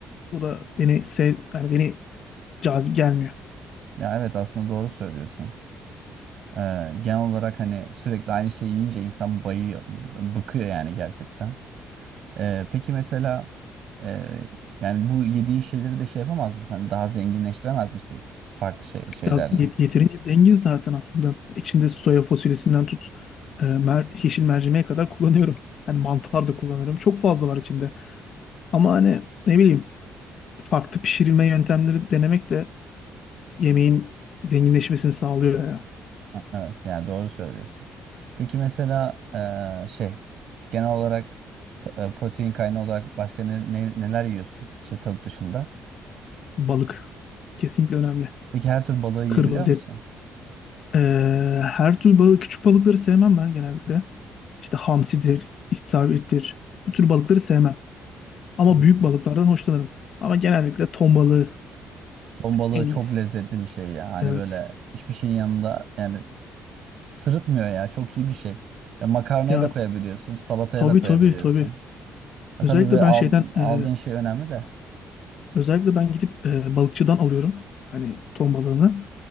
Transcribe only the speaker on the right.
Ya evet aslında doğru söylüyorsun. Ee, genel olarak hani sürekli aynı şeyi yiyince insan bayıyor, b- bıkıyor yani gerçekten. Ee, peki mesela e, yani bu yediğin şeyleri de şey yapamaz mısın? Hani daha zenginleştiremez misin? Farklı şey, şeylerle.
Ha, Evet yani doğru söylüyorsun. Peki mesela e, şey genel olarak ta- e, protein kaynağı olarak başka ne, ne- neler yiyorsun? Şey tavuk dışında.
Peki her tür balığı yiyebiliyor
musun?
Hmm.
Ton balığı
çok
lezzetli bir şey ya. Hani
böyle hiçbir şeyin yanında yani sırıtmıyor ya. Çok iyi bir şey. Ya makarnaya
da koyabiliyorsun, salataya
da koyabiliyorsun.
E,
tabii böyle
al-
aldığın
şey önemli de.